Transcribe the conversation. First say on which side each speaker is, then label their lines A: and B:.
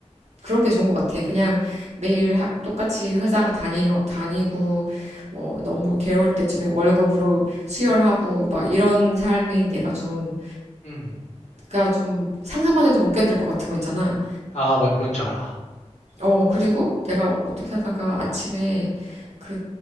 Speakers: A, on the right; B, on the left.
A: 그런 게 좋은 것 같아. 그냥 매일 학, 똑같이 회사가 다니, 다니고, 뭐, 너무 괴로울 때쯤에 월급으로 수혈하고, 막 이런 삶이 내가 좀,
B: 음,
A: 그니까 좀 상상만 해도 못 견딜 것 같은 거 있잖아.
B: 아, 뭔 뭔지 알아.
A: 어, 그리고 내가 어떻게 하다가 아침에 그,